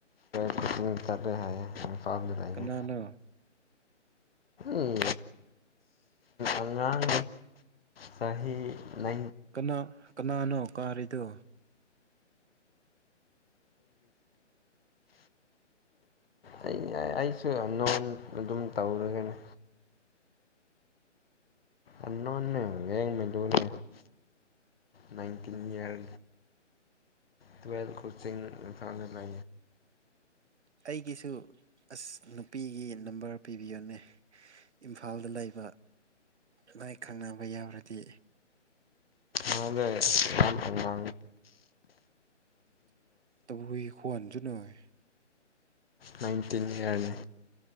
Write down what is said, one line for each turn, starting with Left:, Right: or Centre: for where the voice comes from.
Left: ꯇ ꯆꯠ ꯍꯥꯏ ꯑꯐꯥ ꯃꯗꯥꯥꯏꯒ
Right: ꯀꯅꯥꯅꯣ
Left: ꯎꯝ ꯑꯉꯥꯡ ꯁꯍ ꯅ
Right: ꯀꯅꯥ ꯀꯅꯥꯅꯣ ꯀꯥꯔꯤꯗꯣ
Left: ꯑꯩꯒꯤ ꯑꯩꯁꯨ ꯅꯣꯟ ꯑꯗꯨꯝ ꯇꯧꯔꯒꯅꯤ ꯑꯟꯅꯣꯟꯅꯉꯃꯦ ꯇꯅ ꯅꯥꯏꯟꯇꯤꯟ ꯏꯌꯥꯜ ꯇ꯭ꯋꯦꯜ ꯀꯣꯆꯤꯡ ꯐ ꯂ
Right: ꯑꯩꯒꯤꯁꯨ ꯑꯁ ꯅꯨꯄꯤꯒꯤ ꯅꯝꯕꯔ ꯄꯤꯕꯤꯌꯣꯅꯦ ꯏꯝꯐꯥꯜꯗ ꯂꯩꯕ ꯃꯥꯏ ꯈꯪꯅꯕ ꯌꯥꯎꯔꯗꯤ
Left: ꯃꯥꯗ ꯌꯥꯝ ꯐ
Right: ꯇꯧꯏ ꯈ꯭ꯋꯥꯟꯁꯨ ꯅꯣꯏ
Left: ꯅꯥꯏꯟꯇꯤꯟ ꯏꯌꯥꯔꯅꯤ